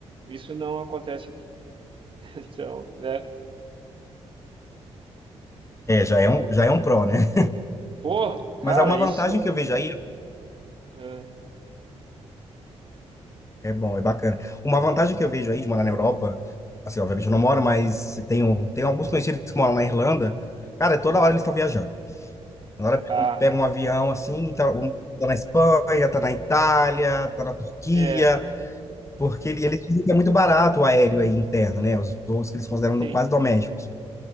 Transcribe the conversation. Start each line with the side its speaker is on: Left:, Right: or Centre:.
Right: Isso não acontece aqui. <laughs> Então, né?
Left: é, já é um, já é um pró, né?
Right: Pô, cara,
Left: Mas há uma vantagem
Right: isso,
Left: que eu vejo aí,
Right: é,
Left: é bom, é bacana. Uma vantagem que eu vejo aí de morar na Europa, assim, obviamente eu não moro, mas tenho, tenho alguns conhecidos que moram na Irlanda. Cara, toda
Right: claro.
Left: hora eles estão viajando. Na hora que
Right: Ah,
Left: pega um avião assim, tá, um- tá na Espanha, tá na Itália, tá na Turquia,
Right: é,
Left: porque ele, ele é muito barato o aéreo aí interno, né? Os voos que eles consideram
Right: sim.
Left: quase domésticos.